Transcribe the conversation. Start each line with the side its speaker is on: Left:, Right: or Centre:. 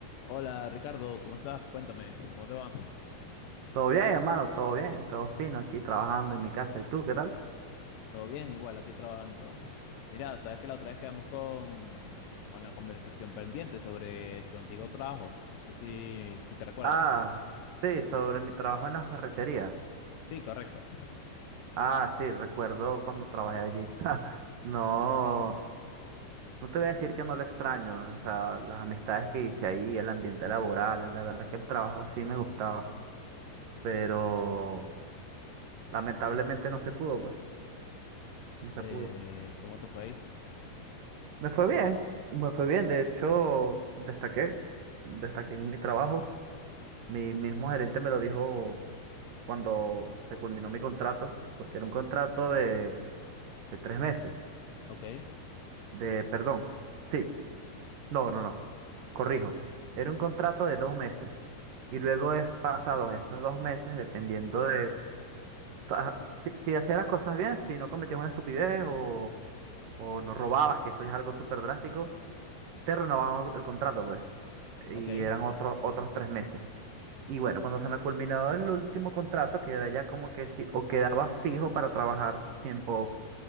Left: Hola Ricardo, ¿cómo estás? Cuéntame, ¿cómo te va?
Right: Todo bien, hermano, todo bien, todo fino aquí trabajando en mi casa. ¿Y tú qué tal?
Left: ¿Todo bien? Igual, aquí trabajando. Mira, sabes que la otra vez quedamos con, con la conversación pendiente sobre tu antiguo trabajo. No sé si, si te recuerdas.
Right: Ah, sí, sobre mi trabajo en la ferretería.
Left: Sí, correcto.
Right: Ah, sí, recuerdo cuando trabajé allí. <laughs> No, no te voy a decir que no lo extraño. O sea, las amistades que hice ahí, el ambiente laboral, la verdad es que el trabajo sí me gustaba, pero lamentablemente no se pudo, pues, no se
Left: Eh,
Right: pudo.
Left: ¿cómo te fue ahí?
Right: Me fue bien, me fue bien. De hecho, destaqué, destaqué en mi trabajo. Mi mismo gerente me lo dijo cuando se culminó mi contrato, porque era un contrato de, de tres meses,
Left: Ok,
Right: de, perdón, sí, no, no, no, corrijo, era un contrato de dos meses. Y luego es pasados esos dos meses, dependiendo de, o sea, si, si hacías las cosas bien, si no cometías una estupidez o, o no robabas, que eso ya es algo súper drástico, te renovaban el contrato, pues.
Left: ok.
Right: Y eran otros otros tres meses. Y bueno, cuando se me culminó el último contrato, quedé ya como que sí, o quedaba fijo para trabajar tiempo